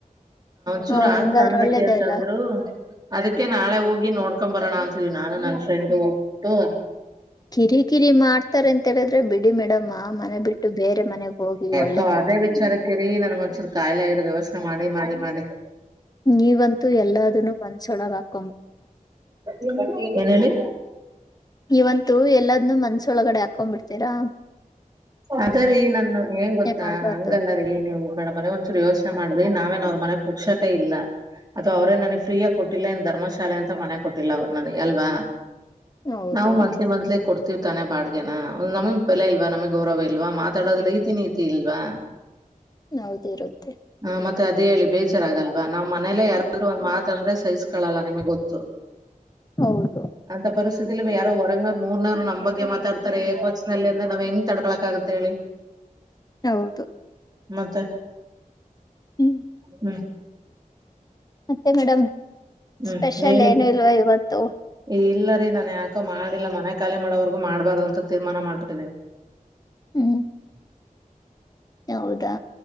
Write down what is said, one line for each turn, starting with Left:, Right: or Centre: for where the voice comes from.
Right: ಚೂ
Left: ಹ್ಮ್
Right: ಆ
Left: ಹಂಗಾದ್ರೆ
Right: ಸಣಗ
Left: ಒಳ್ಳೇದೇ
Right: ಅಂತಂದ್ರು
Left: ಅಲ್ಲ
Right: ಅ ಅ ನಾಳೆ ಹೋಗಿ ನೋಡ್ಕೊ ಬರೋಣ ಅಂತೀವಿ ನಾನನ್ ನನ್ ಫ್ರೆಂಡ್ ಹೋಗಬು
Left: ಕಿರಿ ಕಿರಿ ಮಾಡ್ತಾರೆ ಅಂತ ಹೇಳಿದ್ರೆ ಬಿಡಿ ಮೇಡಮ್ಮಾ ಮನೆ ಬಿಟ್ಟು ಬೇರೆ ಮನೆಗ್ ಹೋಗಿ ಒಳ್ಳೆ
Right: ಸ ಅದೇ ವಿಚಾರಕ್ಕೆ ರೀ ನನ್ ಒಂದಸೂರು ಕಖಾಯಿಲೆ ಆಗಿರೋದು ಯೋಚನೆ ಮಾಡಿ ಮಾಡಿ ಮಾಡಿ
Left: ನೀವಂತೂ ಎಲ್ಲದನ್ನು ಒಂದ್ಸೊಳಗ ಆಗ್ತ
Right: ಹ್ಮ ಏನಲ್ಲಿ
Left: ನೀವಂತೂ ಎಲ್ಲಾದ್ನು ಮನ್ಸೊಳಗಡೆ ಹಾಕೊಂಡ್ ಬಿಿಡ್ತೀರಾ
Right: ಅದೇ ರೀ ನನ್ ಏಂಗ ಗೊತ್ತಾ
Left: ಮಾಡ್ಬಾರ್ದು
Right: ಹಂಗಲ್ಲ ರೀ ನೀವು್ ಮೇಡಮ್ರ ಒಂದ್ಸೂರು ಯೋಚನೆ ಮಾಡ್ರಿ ನಾವೇ ಅವ್ರ ಮನೆ ಪುಕ್ಷಟೆ ಇಲ್ಲ ಅಥವಾ ಅವರೇ ನನಗ್ ಫ್ರೀ ಆಗ ಕೊಟ್ಟಿಲ್ಲ ಎಂದ ರ್ಮಶಾಲೆ ಅಂತ ಮನೆ ಕೊಟ್ಟಿಲ್ಲ ಅವರು ನನಗೆ ಅಲ್ವಾ
Left: ಹೌದು
Right: ನಾವು ಮಂತ್ಲಿ ಮಂತ್ಲಿ ಕೊ ತಿರ್ತಾನೆ ಬಾಡ್ಗೆ್ಯನ ಒಂದ್ ನಮಿಗ್ ಬೆಲೆ ಇಲ್ವಾ ನಮಗ್ ಗೌರವ ಇಲ್ವಾ ಮಾತಾಡೋದ್ ರೀತಿ ನೀತಿ ಇಲ್ವಾ
Left: ಹೌದಿರುತ್ತೆ
Right: ಹಾ ಮತ್ತೆ ಅದೇ ಹೇಳಿ ಬೇಜಾರಾಗಲ್ವಾ ನಾವ್ ಮನೇಲ್ಲ ಯಾರಾದ್ರು ಒಂದ್ತ ಅಂದ್ರೆ ಸಹಿಸ್ಕೊಳ್ಳಲ್ಲ ನಿಮ್ಗೆ ಗೊತ್ತು
Left: ಹೌದು
Right: ಅಂತ ಪ ಯಾರೋ ಹೊರಗ್ನವರ್ ಮೂರ್ನವರ್ ನಮ್ ಬಗ್ಗೆ ಮಾತಡ್ತಾರೆಏಕ್ ವತ್ನಲ್ಲಿ ಅಂದ್ರ ನಾವ್ ಹೆಂಗ ತಡ್ಕಳಕ ಆಗುತ್ತೆ ಹೇಳಿ
Left: ಹೌದು
Right: ಮತ್ತೆ
Left: ಹ್ಮ್
Right: ಹ್ಮ್
Left: ಅೇ ಮೇಡಮ್
Right: ಹ್ಮ್
Left: ಸ್ಪೆಷಲ್
Right: ಹೇಳಿ
Left: ಏನು ಇಲ್ವಾ ಇವತ್ತು
Right: ಇಲ್ಲ ರೀ ನಾನನ್ ಯಾಕ ಮಾಡಿಲ್ಲ ಮನೆ ಖಾಲಿ ಮಾಡೋವರ್ಗೂ ಮಾಡ್ಬಾರ್ದ ಅಂತ ತೀರ್ಮಾನ ಮಾಡ್ಬಿಟ್ಟಿದಿನಿ
Left: ಹ್ಮ್
Right: <unintelligible>
Left: ಹೌದಾ